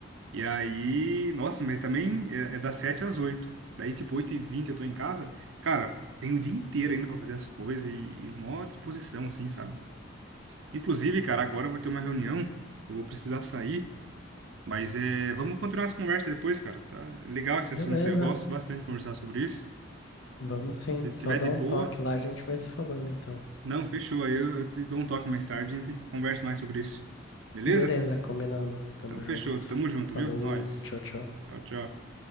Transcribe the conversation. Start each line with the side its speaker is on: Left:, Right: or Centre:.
Right: e aí, nossa, mas também é, é das 7 às 8. Daí, tipo, oito e vinte, eu tô em casa. Cara, tem o dia inteiro ainda pra fazer as coisas e, e mó disposição, assim, sabe? Inclusive, cara, agora eu vou ter uma reunião. Eu vou precisar sair. Mas é, vamos continuar essa conversa depois, cara. Tá É legal esse
Left: beleza.
Right: assunto. Eu gosto bastante de conversar sobre isso.
Left: Vamos sim.
Right: Se tiver
Left: Só dá
Right: de
Left: um
Right: boa,
Left: toque lá, a gente vai se falando então.
Right: não, fechou. Aí eu, eu te dou um toque mais tarde, a gente conversa mais sobre isso. Beleza?
Left: Beleza, combinado. Tamo
Right: Então, fechou.
Left: junto.
Right: Tamo junto,
Left: Falou,
Right: viu? Nós.
Left: tchau, tchau.
Right: Tchau, tchau.